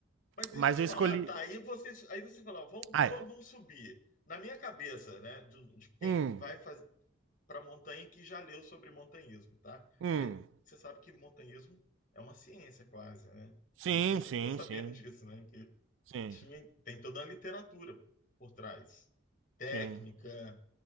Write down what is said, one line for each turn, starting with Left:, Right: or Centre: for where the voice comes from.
Left: Mas deixa
Right: Mas
Left: eu te
Right: eu
Left: falar,
Right: escolhi.
Left: tá? Aí você, aí você fala, vamos
Right: Ah,
Left: todo
Right: é.
Left: mundo subir. Na minha cabeça, né, do- de, quem
Right: Hum,
Left: vai fazer? para Montaigne que já leu sobre montanhismo, tá?
Right: hum.
Left: Porque você sabe que montanhismo é uma ciência quase, né?
Right: Sim,
Left: Depois você
Right: sim,
Left: ficou <laughs> sabendo
Right: sim.
Left: disso, né? Que
Right: Sim,
Left: tinha, tem toda a literatura por trás. Técnica,
Right: sim,